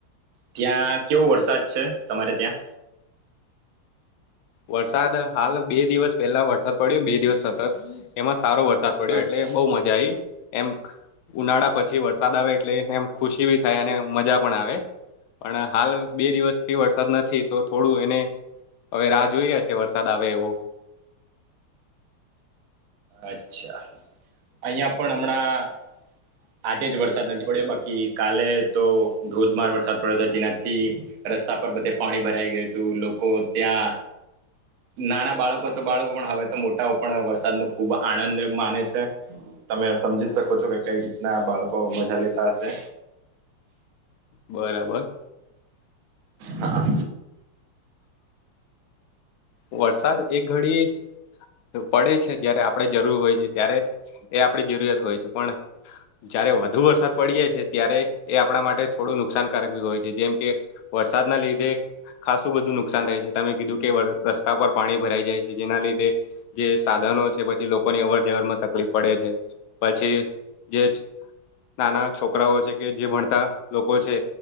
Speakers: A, on the right; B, on the left.
A: ત્યાં કેવો વરસાદ છે તમારે ત્યાં?
B: વરસાદ હાલ બે દિવસ પહેલા વરસાદ પડ્યો બે દિવસ સતત. એમાં સારો વરસાદ પડ્યો
A: અચ્છા
B: એટલે બહુ મજા આવી. એમ ઉનાળા પછી વરસાદ આવે એટલે એમ ખુશી ભી થાય અને મજા પણ આવે. પણ હાલ બે દિવસ થી વરસાદ નથી તો થોડું એને હવે રાહ જોઈ રહ્યા છે વરસાદ આવે એવો.
A: અચ્છા, અહિયાં પણ હમણાં આજે જ વરસાદ નથી પડ્યો બાકી કાલે તો ધોધમાર વરસાદ પડ્યો હતો જેનાથી રસ્તા પર બધે પાણી ભરાઈ ગયું હતું લોકો ત્યાં નાના બાળકો તો બાળકો પણ હવે તો મોટાઓ પણ વરસાદનો ખુબ આનંદ માને છે. તમે સમજી શકો છો કે કઈ રીતના બાળકો મજા લેતા હશે.
B: બરાબર.
A: હા.
B: વરસાદ એક ઘડી પડે છે જયારે આપણે જરૂર હોય છે ત્યારે, એ આપડી જરૂરિયાત હોય છે પણ જયારે વધુ વરસાદ પડી જાય છે ત્યારે એ આપણા માટે થોડું નુકસાનકારક બી હોય છે જેમ કે વરસાદ ના લીધે, ખાસું બધું નુકસાન થાય છે તમે કીધું કે રસ્તા પર પાણી ભરાઈ જાય છે જેના લીધે, જે સાધનો છે. પછી લોકોની અવર જવર માં તકલીફ પડે છે, પછી જે નાના છોકરાઓ છે કે જે ભણતા લોકો છે,